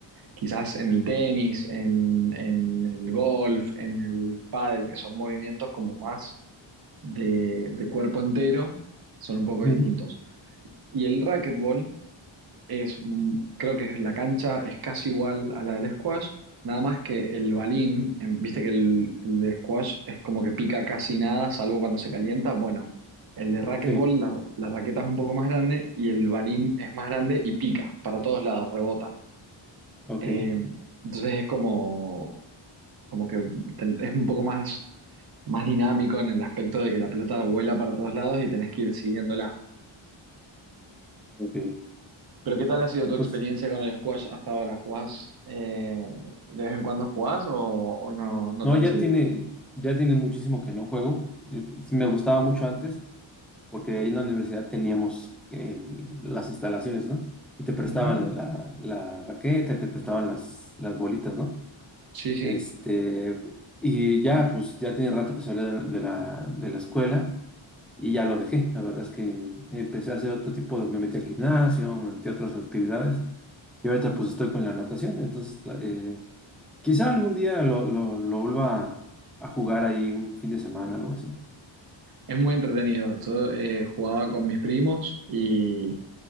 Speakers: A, on the right; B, in the centre.
A: Quizás en el tenis, en, en el golf, en el pádel, que son movimientos como más de, de cuerpo entero, son un poco
B: mm,
A: distintos. Y el racquetball es, mm, creo que es la cancha es casi igual a la del squash, nada más que el balín, em, viste que el, el de squash es como que pica casi nada, salvo cuando se calienta. Bueno, el de racquetball,
B: Sí,
A: la, la raqueta es un poco más grande y el balín es más grande y pica para todos lados, rebota.
B: ok,
A: Eh, entonces es como, como que ten- es un poco más, más dinámico en el aspecto de que la pelota vuela para todos lados y tenés que ir siguiéndola.
B: ok.
A: Pero ¿qué tal ha sido
B: No,
A: tu experiencia
B: Pues
A: con el squash hasta ahora? ¿Jugás, eh, de vez en cuando jugás o, o no, no
B: No,
A: tan
B: ya
A: seguido?
B: tiene, ya tiene muchísimo que no juego. Eh, pues, Me gustaba mucho antes, porque ahí en la universidad teníamos eh, las instalaciones, ¿no? Y te prestaban
A: Ujú.
B: la, la raqueta, y te prestaban las, las bolitas, ¿no?
A: Sí, sí,
B: Este, y ya, pues ya tiene rato que salí de, de la, de la escuela y ya lo dejé. La verdad es que empecé a hacer otro tipo de, me metí al gimnasio, me metí a otras actividades y ahorita pues estoy con la natación, entonces la- eh, Quizá algún día lo, lo, lo vuelva a jugar ahí un fin de semana, algo así.
A: es muy entretenido. Yo eh, jugaba con mis primos y